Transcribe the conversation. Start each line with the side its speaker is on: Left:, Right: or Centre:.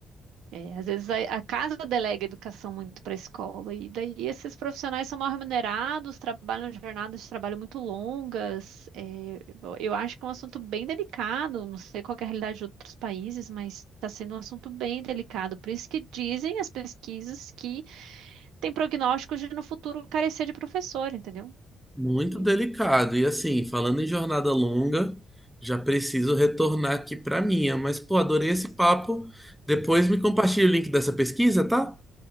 Right: É, às vezes a, a casa delega educação muito para a escola, e daí esses profissionais são mal remunerados, trabalham jornadas de trabalho muito longas. É, eu eu acho que é um assunto bem delicado, não sei qual que é a realidade de outros países, mas está sendo um assunto bem delicado. Por isso que dizem as pesquisas que tem prognósticos de no futuro carecer de professor, entendeu?
Centre: Muito
Right: Aí,
Centre: delicado. E assim, falando em jornada longa, já preciso retornar aqui para minha. Mas, pô, adorei esse papo. Depois me compartilha o link dessa pesquisa, tá?